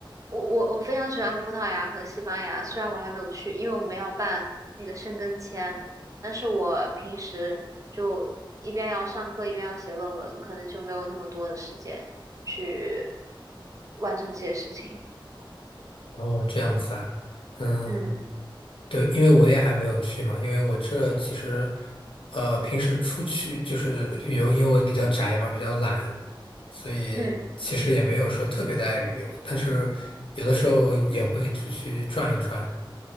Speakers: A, on the right; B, on the left.
A: 我我我非常喜欢葡萄牙和西班牙，虽然我还没有去，因为我们要办那个申根签，但是我平时就一边要上课一边要写论文，可能就没有那么多的时间去完成这些事情。
B: 哦，这样子啊，嗯。
A: 嗯
B: 对，因为我也还没有去嘛，因为我这其实，呃，平时出去就是旅游，因为我比较宅嘛，比较懒，所以其实也没有说特别的爱旅游，
A: 嗯
B: 但是有的时候也会出去转一转。